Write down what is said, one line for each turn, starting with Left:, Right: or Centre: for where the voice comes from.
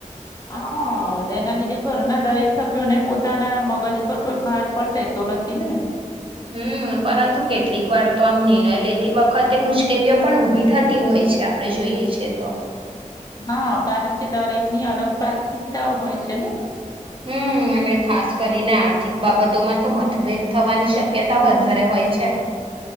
Left: હા એના લીધે ઘરના દરેક સભ્યોને પોતાના મગજ ઉપર કોઈ ભાર પણ રહેેતો નથી ને
Right: હમ પરંતુ કેટલીક વાર તો આમ નિર્ણય લેતી વખત તે મુશ્કેલીઓ પણ ઉઊભી થતી હોય છે આપણે જોઈએ છે તો
Left: હા કારણ કે દરેક ની અલગ પ્રાથમિકતાઓ હોય છે ને
Right: હમ અને ખાસ આર્થિક બાબતોમાં તો મતભેદ થવાની શક્યતા વધારે હોય છે